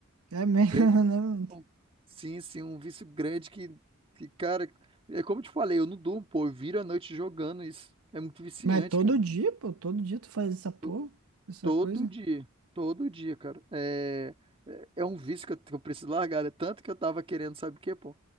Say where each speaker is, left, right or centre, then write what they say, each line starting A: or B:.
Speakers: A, on the right; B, on the right.
A: É mesmo,
B: Grande?
A: <laughs> né, mano?
B: Um- Sim, sim. Um vício grande que, que, cara... É como eu te falei, eu não durmo, pô. Eu viro a noite jogando isso. É muito viciante,
A: Mas todo
B: cara.
A: dia, pô, todo dia tu faz essa porra,
B: To-
A: essa
B: Todo
A: coisa.
B: dia. Todo dia, cara. É, é é um vício que eu, que eu preciso largar. É tanto que eu tava querendo, sabe o quê, pô?